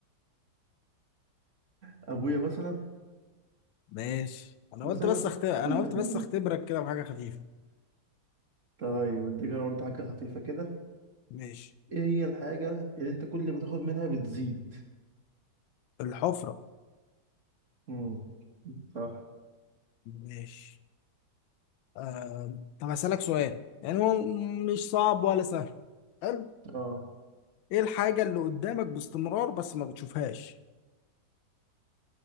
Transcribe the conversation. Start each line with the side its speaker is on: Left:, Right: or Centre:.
Right: ابويا مثلا
Left: ماشي انا
Right: مثلا
Left: قلت بس أخت... انا
Right: <laughs>
Left: قلت بس اختبرك كده بحاجه خفيفه
Right: طيب اديك انا برضه حاجه خفيفه كده
Left: ماشي
Right: ايه هي الحاجه اللي انت كل ما تاخد منها بتزيد
Left: الحفره
Right: امم صح
Left: ماشي آه... طب هسألك سؤال يعني هو مش صعب ولا سهل حلو؟
Right: اه
Left: ايه الحاجة اللي قدامك باستمرار بس ما بتشوفهاش